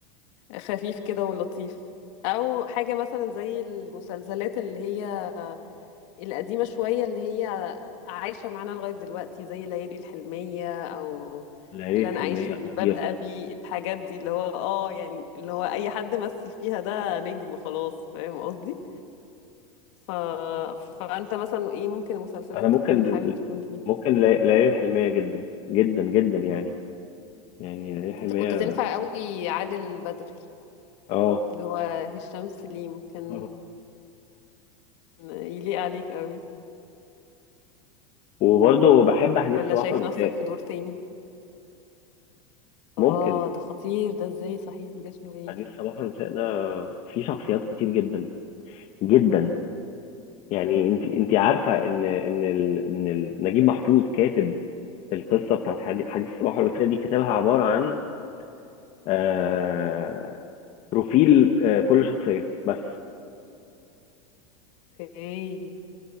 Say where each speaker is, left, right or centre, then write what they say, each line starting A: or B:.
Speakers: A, on the left; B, on the left.
A: خفيف كده ولطيف او حاجة مثلا زي المسلسلات اللي هي القديمة شوية اللي هي عايشة معانا لغاية دلوقتي زي ليالي الحلمية او
B: ليالي
A: اللي
B: الحلمية
A: انا اعيش في جلباب
B: خطير
A: ابي الحاجات دي اللي هو اه يعني اللي هو اي حد مثل فيها ده نجم خلاص فاهم قصدي ف... فانت مثلا ايه ممكن مسلسلات
B: انا ممكن
A: تكون حابب تكون فيها
B: ممكن لي- ليالي الحلمية جدا جدا جدا يعني يعني ليالي الحلمية
A: انت كنت تنفع قوي عادل البدري
B: اه
A: اللي هو هشام سليم كان
B: خلاص.
A: يليق عليك قوي
B: وبرضه بحب حديث
A: ولا
B: صباح
A: شايف
B: والمساء
A: نفسك في دور تاني
B: ممكن
A: اه ده خطير ده ازاي صحيح ما جاش في بالي
B: حديث صباح والمساء ده فيه شخصيات كتير جدا جدا يعني انت انت عارفة ان ان ال... ان ال... نجيب محفوظ كاتب القصة بتاعت حدي- حديث صباح والمساء دي كتبها عبارة عن آه، بروفيل آه، كل شخصية بس
A: اوكي